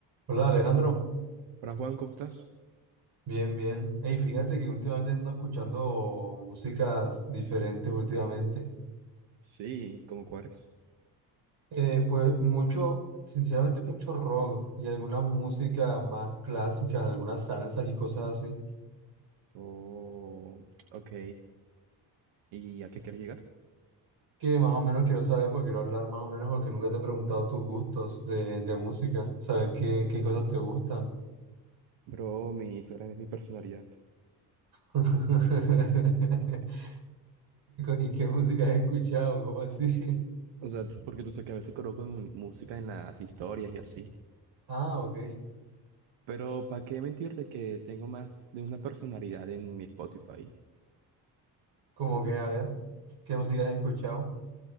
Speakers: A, on the right (about 60°); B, on the right (about 75°).
A: Hola Alejandro,
B: Hola Juan, ¿cómo estás?
A: bien, bien. Hey, fíjate que últimamente ando escuchando músicas diferentes últimamente.
B: Sí, ¿cómo cuáles?
A: Eh, pues mucho, sinceramente mucho rock y alguna música más clásica, algunas salsas y cosas así,
B: Oh, ok. ¿Y a qué quieres llegar?
A: que más o menos quiero saber porque quiero hablar más o menos porque nunca te he preguntado tus gustos de, de música, saber qué, qué cosas te gustan.
B: Bro, mi Instagram es mi personalidad.
A: <laughs> ¿Y qué música has escuchado? ¿Cómo así? <laughs>
B: O sea, t- porque tú sabes que a veces coloco en- música en las historias y así.
A: Ah, ok.
B: Pero ¿para qué mentirte que tengo más de una personalidad en mi Spotify?
A: Como que, a ver, ¿qué música has escuchado?